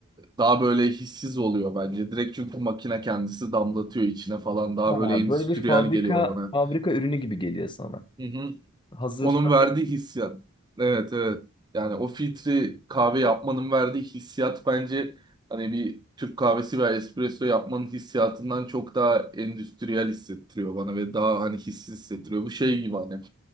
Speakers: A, on the right; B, on the left.
A: daha böyle hissiz oluyor bence. Direkt çünkü makine kendisi damlatıyor içine falan. Daha
B: Ha,
A: böyle endüstriyel
B: böyle bir fabrika
A: geliyor bana.
B: fabrika ürünü gibi geliyor sana.
A: Hı hı.
B: Hazır
A: Onun
B: hazır.
A: verdiği hissiyat. Evet evet. Yani o filtre kahve yapmanın verdiği hissiyat bence hani bir Türk kahvesi veya espresso yapmanın hissiyatından çok daha endüstriyel hissettiriyor bana ve daha hani hissiz hissettiriyor. Bu şey gibi hani